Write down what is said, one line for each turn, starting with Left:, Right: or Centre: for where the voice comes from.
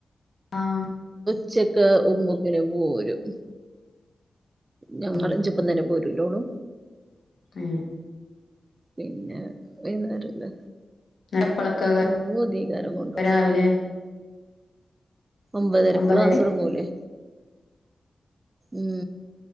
Left: ആഹ്
Right: ഉച്ചക്ക് ഉമ്മക്കിന് പോരും ഞങ്ങൾ
Left: ആഹ്
Right: എചപ്പം തന്നെ പോരൂലോണു
Left: ഏഹ്
Right: പിന്നെ വൈന്നേരല്ലേ
Left: ഇങ്ങളെപ്പളൊക്കെ
Right: ഉ അധീകാരം കൊണ്ടുപോക
Left: രാവിലെ
Right: ഒമ്പതരക്ക്
Left: ഒമ്പതര
Right: ക്ലാസൊടങ്ങൂലേ ഉം